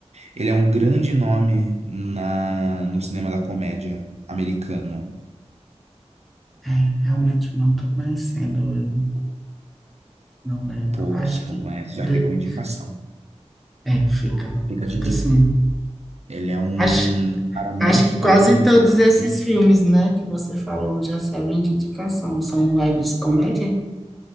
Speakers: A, on the right; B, in the centre.
A: Ele é um grande nome na, no cinema da comédia americano.
B: É, realmente não estou conhecendo ele, não lembro.
A: Pô,
B: Acho
A: se
B: que
A: não conhece, já
B: de...
A: fica uma indicação.
B: é, fica,
A: Fica de
B: fica assim.
A: Ele é um
B: Acho,
A: cara muito
B: acho que
A: bom.
B: quase
A: no
B: todos
A: que ele
B: esses
A: faz.
B: filmes, né, que você falou já servem de indicação. São vibes comédia?